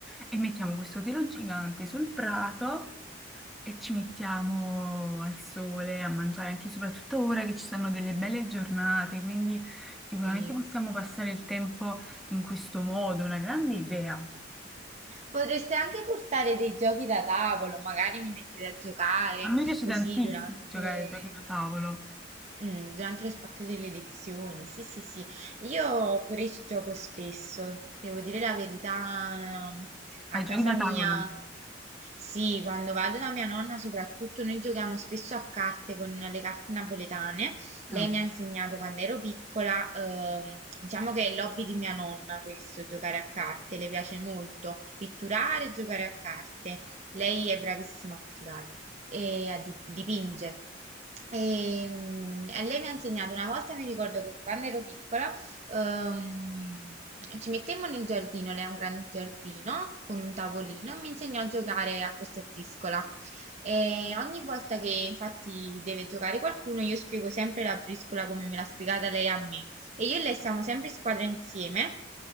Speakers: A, in the centre; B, on the right.
A: e mettiamo questo telo gigante sul prato e ci mettiamo al sole a mangiare anche soprattutto ora che ci sono delle belle giornate, quindi sicuramente
B: Sì.
A: possiamo passare il tempo in questo modo, una grande idea.
B: Potreste anche portare dei giochi da tavolo, magari mi mettete a giocare
A: A me piace
B: così
A: tantissimo
B: durante
A: giocare ai giochi da tavolo.
B: Mm, durante lo spacchio delle lezioni, sì, sì, sì. Io pure ci gioco spesso, devo dire la verità,
A: Ai
B: a
A: giochi
B: casa
A: da
B: mia,
A: tavolo?
B: sì, quando vado da mia nonna soprattutto noi giochiamo spesso a carte con le carte napoletane.
A: Mm.
B: Lei mi ha insegnato quando ero piccola, ehm, diciamo che è l'hobby di mia nonna questo, giocare a carte, le piace molto pitturare e giocare a carte. Lei è bravissima a pitturare e a di- dipinge. E, mm, e lei mi ha insegnato una volta, mi ricordo che quando ero piccola, ehm, ci mettemmo nel giardino, lei ha un grande giardino con un tavolino e mi insegnò a giocare a questa briscola. E ogni volta che infatti deve giocare qualcuno, io spiego sempre la briscola come me l'ha spiegata lei a me. E io e lei siamo sempre in squadra insieme,